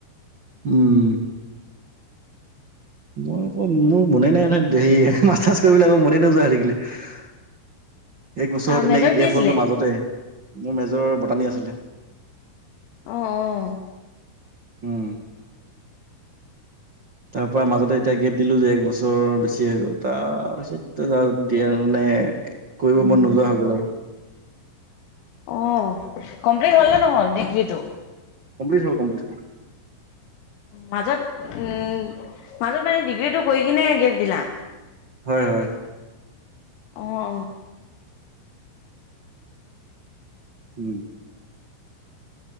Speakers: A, on the right (about 80°); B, on the left (about 80°).
A: উম মই অকৌ মোৰ মনে নাই নহয় হেৰি মাষ্টাৰ্ছ কৰিব আকৌ মনে নোযোৱা হৈ থাকিলে <inaudible> এক বছৰ তেনেকৈ
B: মেজৰ
A: গেপ
B: কি আছিলে?
A: হ'লো মাজতে মোৰ মেজৰৰ বটানী আছিলে।
B: অ অ
A: উম তাৰ পৰা মাজতে এতিয়া গেপ দিলো যে এক বছৰ বেছি হৈ গ'ল তাৰ পিছত দিয়া নাই। এ কৰিব মন নোযোৱা হৈ গ'ল আৰু।
B: অ কমপ্লিট হল ন নহল ডিগ্ৰীটো।
A: কমপ্লিট হ'ল কমপ্লিট হ'ল
B: মাজত উম মাজত মানে ডিগ্ৰীটো কৰি কিনে গেপ দিলা।
A: হয় হয়
B: অ অ
A: উম